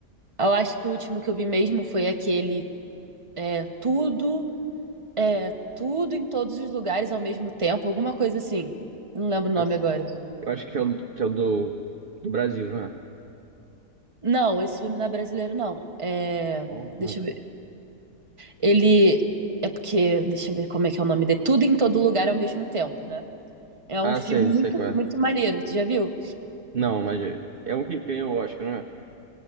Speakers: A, on the right; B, on the right.
A: eu acho que o último que eu vi mesmo foi aquele é, Tudo, é, Tudo em Todos os Lugares ao mesmo tempo, alguma coisa assim. Eu Não lembro o nome
B: As-
A: agora.
B: Eu acho que é o, do- que é o do, do Brasil, não é?
A: Não, esse filme não é brasileiro, não. É...
B: Ah,
A: Deixa
B: ah,
A: eu
B: tá.
A: Ele é porque, deixa eu ver como é que é o nome dele. Tudo em todo lugar ao mesmo tempo, né? É
B: Ah,
A: um filme
B: sei,
A: muito,
B: sei qual é.
A: muito maneiro. Tu já viu?
B: Não, mas é um que ganha o Oscar, não é?